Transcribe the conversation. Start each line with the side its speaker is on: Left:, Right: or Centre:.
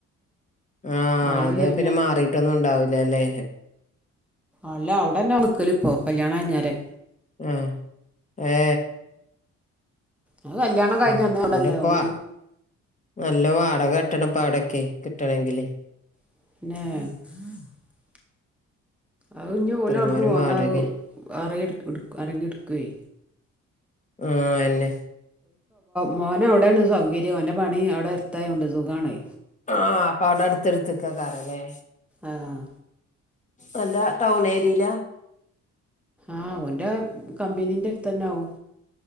Left: ആഹ
Centre: ആളില്ലാഞ്ഞാല്
Left: അത് പിന്നെ മാറീട്ടൊന്നും ഉണ്ടാവൂല്ല ല്ലേ
Centre: അല്ല അവിടെന്നാ നിക്കല് ഇപ്പോൊ കല്യാണം കയിഞ്ഞാരെ
Left: ആ ഏ
Centre: അ കല്ല്യാണം കഴിഞ്ഞന്നെ
Left: ഉം
Centre: അവ്‌ടല്ലേ
Left: ഇതിനൊക്കെ
Centre: ഓല്
Left: വാ നല്ല വാടക കെട്ടണപ്പം അവിടക്കെ കിട്ടണങ്കില്
Centre: <inaudible> അ ഇഞ്
Left: ഇത്രങ്ങാനും
Centre: ഓല് അവുടന്നു പൊന്ന
Left: വാടക
Centre: ആരെങ്കിലും ഇട്ക്കോയി
Left: ആ അ അന്നെ
Centre: മോന് അവിടെണ് സൗകര്യം അവന്റെ പണി അവിടെ അടുത്തയൊണ്ട് സുഖണ്
Left: ആഹ് അപ്പൊ അവിടെ അടുത്തടുത്തക്ക ക്കാറല്ലേ
Centre: ആഹ്
Left: നല്ല ടൗൺ ഏരിയിലാ
Centre: ആഹ് അവന്റെ കമ്പനീന്റെ അടുത്ത്ന്നൊവും